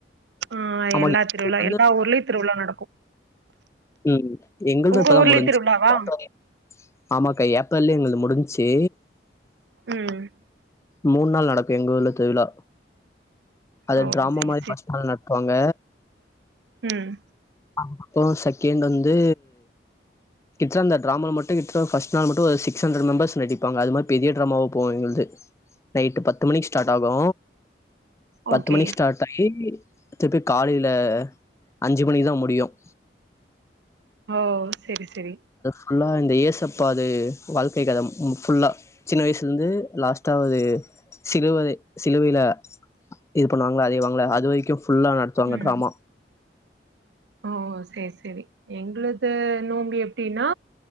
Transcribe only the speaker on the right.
ஆ
எல்லா
திருவிழா எல்லா ஊர்லயு திருவிழா நடக்கு
உங்க
ஊர்லயு
திருவிழாவா
ம்
ஓ
செரி
உம்
ஓகே
ஓ செரி செரி
ம்
ஓ செரி செரி எங்கது நோம்பி எப்டின்னா